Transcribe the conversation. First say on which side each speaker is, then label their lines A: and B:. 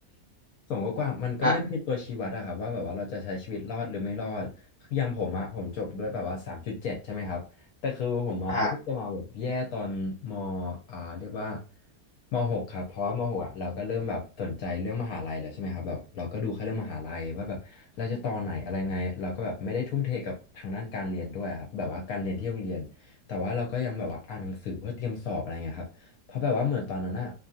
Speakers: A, on the left; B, on the left.
A: ส่วนกว้างๆมันก็ไม่ได้เป็นตัวชี้วัดอะครับว่าแบบว่าเราจะใช้ชีวิตรอดหรือไม่รอดคืออย่างผมอะผมจบด้วยแบบว่าสามจุดเจ็ดใช่ไหมครับแต่คือผมอะเพิ่งจะมาแบบแย่ตอนม
B: ๆ <laughs> อ่ะอ่ะ
A: อ่าเรียกว่ามหกครับเพราะว่ามหกอะเราก็เริ่มแบบสนใจเรื่องมหาลัยแล้วใช่ไหมครับแบบเราก็ดูแค่เรื่องมหาลัยว่าแบบเราจะต่อไหนอะไรไงเราก็แบบไม่ได้ทุ่มเทกับทางด้านการเรียนด้วยครับแบบว่าการเรียนที่โรงเรียนแต่ว่าเราก็ยังแบบว่าอ่านหนังสือเพื่อเตรียมสอบอะไรเงี้ยครับเพราะแบบว่าเหมือนตอนนั้นอะ